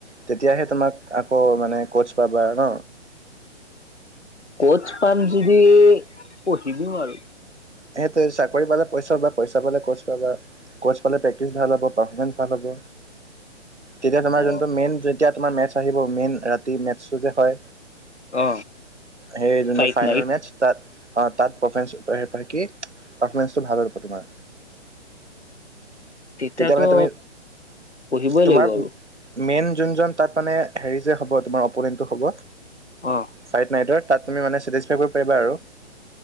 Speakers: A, on the right; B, on the left.
A: তেতিয়াহে তোমাক আকৌ মানে ক'চ পাবা আৰু ন।
B: ক'চ পাম যদি পঢ়ি দিওঁ আৰু।
A: সেইটোৱে চাকৰি পালে পইচা পাবা পইচা পালে ক'চ পাবা। ক'চ পালে প্ৰেকটিচ ভাল হব, পাৰফৰ্মমেঞ্চ ভাল হ'ব। তেতিয়া তোমাৰ
B: অ
A: যোনটো মেইন যেতিয়া তোমাৰ মেথছ আহিব মেইন- ৰাতি মেটচটো যে হয়,
B: অ
A: সেই যোনটো
B: ফাইট
A: ফাইনেল
B: নাইট
A: মেটছ তাত- অঁ তাত পৰফেঞ্চ কৰি পাৰি কি পাৰফৰ্মমেঞ্চটো ভাল হ'ব তোমাৰ।
B: তেতিয়াতো
A: তেতিয়া মানে তুমি
B: পঢ়িবই
A: তোমাৰ
B: লাগিব আৰু।
A: মেইন যোনজন তাত মানে হেৰি যে হ'ব তোমাৰ অপনেন্টো হ'ব।
B: অঁ
A: ফাইট নাইটৰ তাত তুমি মানে চেটিফাই কৰিব পাৰিবা আৰু।